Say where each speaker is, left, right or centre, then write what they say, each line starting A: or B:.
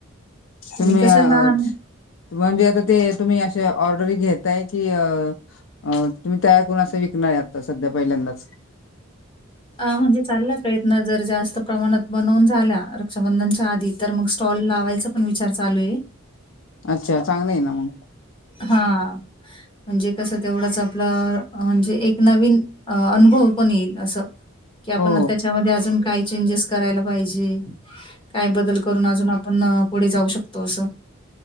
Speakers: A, on the left (about 65°); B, on the left (about 25°).
A: तुम्ही
B: आणि कसं
A: अ
B: लहान
A: म्हणजे आता ते तुम्ही असे ऑर्डर घेत तयार करून असं विकणार आता सध्या पहिल्यांदाच
B: अ म्हणजे चालला प्रयत्न जर जास्त जास्त प्रमाणात बनवून झाल्या रक्षाबंधनच्या आधी तर मग स्टॉल लावायचा पण विचार चालू आहे.
A: अच्छा चांगलं आहे ना मग
B: हा. म्हणजे कसं तेवढाच आपला म्हणजे एक नवीन अनुभव पण येईल असं कि आपण
A: हो
B: त्याच्यामध्ये अजून काही चेंजेस करायला पाहिजे. काय बदल करून अजून आपण अं पुढे जाऊ शकतो असं